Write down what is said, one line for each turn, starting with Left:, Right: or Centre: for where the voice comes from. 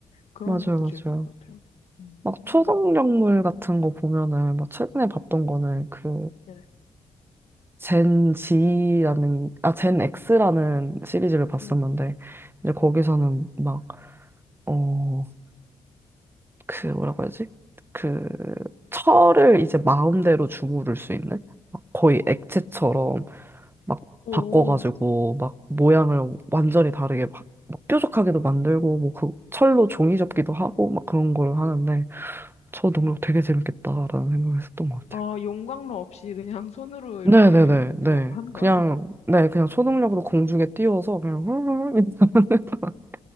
Left: 그런
Right: 맞아요,
Left: 것도 재밌는
Right: 맞아요.
Left: 것 같아요. 음.
Right: 막 초능력물 같은 거 보면은 막 최근에 봤던 거는 그
Left: 네,
Right: 젠 G라는, 아, 젠 X라는 시리즈를 봤었는데,
Left: 네,
Right: 이제 거기서는
Left: 네.
Right: 막, 어, 그, 뭐라고 해야지? 그, 철을 이제 마음대로 주무를 수 있는? 막 거의 액체처럼 막
Left: 오,
Right: 바꿔가지고, 막 모양을 완전히 다르게 막, 막 뾰족하게도 만들고, 뭐 그 철로 종이 접기도 하고, 막 그런 걸 하는데, 저 능력 되게 재밌겠다라는 생각을 했었던 것 같아요.
Left: 아, 용광로 없이 그냥 손으로
Right: 네네네,
Left: 이렇게 <laughs>
Right: 네.
Left: 뭐 하는
Right: 그냥,
Left: 거예요?
Right: 네, 그냥 초능력으로 공중에 띄워서 그냥 훌훌 이렇게 <laughs>